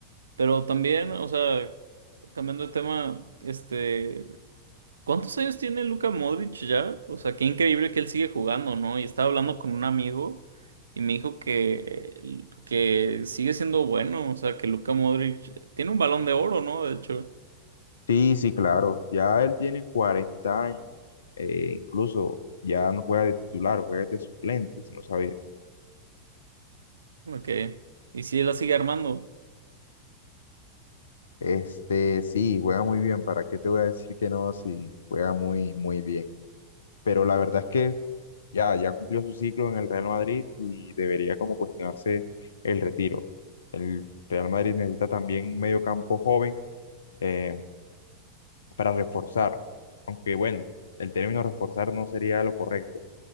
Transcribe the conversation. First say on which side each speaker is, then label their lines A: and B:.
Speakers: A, on the right (about 70°); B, on the left (about 65°).
A: Pero también, o sea, cambiando de tema, este, ¿cuántos años tiene Luka Modric ya? O sea, qué increíble que él sigue jugando, ¿no? Y estaba hablando con un amigo y me dijo que, que sigue siendo bueno, o sea, que Luka Modric tiene un balón de oro, ¿no? De hecho,
B: Sí, sí, claro. Ya él tiene 40 años. eh, incluso ya no juega de titular, juega de suplente, si no sabías.
A: ok. Y si la sigue armando,
B: Este, sí, juega muy bien. ¿Para qué te voy a decir que no? Si juega muy, muy bien. Pero la verdad es que ya, ya cumplió su ciclo en el Real Madrid y debería como cuestionarse el retiro. El Real Madrid necesita también un mediocampo joven eh, para reforzar, aunque bueno, el término reforzar no sería lo correcto,